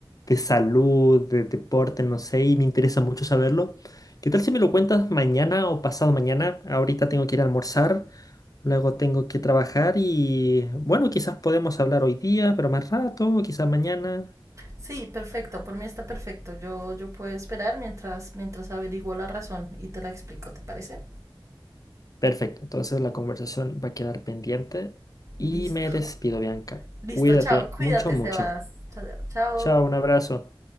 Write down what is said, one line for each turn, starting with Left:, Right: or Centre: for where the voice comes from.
Left: de salud, de deporte, no sé, y me interesa mucho saberlo. ¿Qué tal si me lo cuentas mañana o pasado mañana? Ahorita tengo que ir a almorzar, luego tengo que trabajar y bueno, quizás podemos hablar hoy día, pero más rato, quizás mañana.
Right: Sí, perfecto, por mí está perfecto. Yo, yo puedo esperar mientras, mientras averiguo la razón y te la explico, ¿te parece?
Left: Perfecto, entonces la conversación va a quedar pendiente y
Right: Listo.
Left: me despido, Bianca.
Right: Listo,
Left: Cuídate
Right: chao. Cuídate,
Left: mucho, mucho.
Right: Sebas. Chao. chao.
Left: Chao, un abrazo.